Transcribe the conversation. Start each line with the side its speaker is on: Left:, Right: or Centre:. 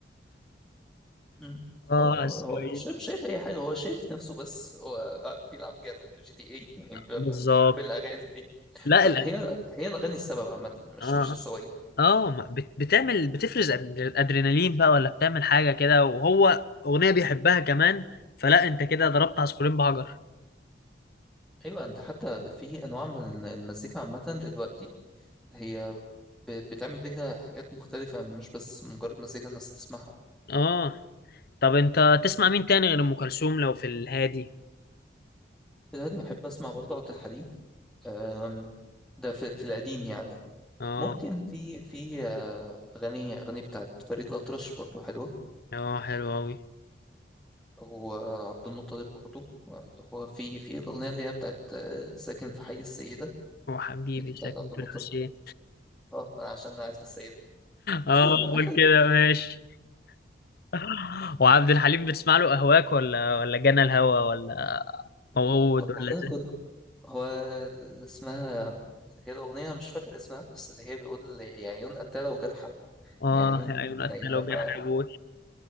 Centre: مم.
Left: اه
Centre: هو
Left: على
Centre: هو
Left: السويد
Centre: مش شايف مش شايف اي حاجة هو شايف نفسه بس هو آه، بيلعب جاتا جي تي اي يعني ب-
Left: بالظبط
Centre: ب- بالاغاني دي
Left: لا
Centre: فهي
Left: ال...
Centre: هي الاغاني السبب عامة مش
Left: اه
Centre: مش السواقين
Left: اه ما- بت- بتعمل بتفرز أد- ادرينالين بقى ولا بتعمل حاجه كده وهو اغنيه بيحبها كمان فلا انت كده ضربت عصفورين بحجر
Centre: ايوه انت حتى في انواع من المزيكا عامة دلوقتي هي ب- بتعمل بيها حاجات مختلفة مش بس مجرد مزيكا الناس تسمعها
Left: اه طب انت تسمع مين تاني غير ام كلثوم لو في الهادي
Centre: في الهادي بحب أسمع برضه عبد الحليم أم، ده في, في القديم يعني
Left: اه
Centre: ممكن في في آه، أغاني أغاني بتاعت فريد الأطرش برضه حلوة
Left: اه حلو اوي
Centre: وعبد المطلب برضه اللي هو في في الأغنية اللي هي بتاعت آه، ساكن في حي السيدة
Left: هو حبيبي
Centre: هي دي بتاعت
Left: شكلك
Centre: عبد المطلب
Left: الحسين
Centre: اه أنا عشان أنا قاعد في السيدة
Left: اه
Centre: <laughs>
Left: قول كده ماشي <laughs> وعبد الحليم بتسمع له أهواك ولا ولا جنى الهوى ولا موعود
Centre: والله
Left: ولا زي
Centre: كله هو اللي اسمها هي الأغنية مش فاكر اسمها بس اللي هي بيقول لي يا عيون قتالة وجرحى
Left: اه
Centre: يا عيون
Left: يا عيون قتلة
Centre: نايمانة
Left: وجرح أبوي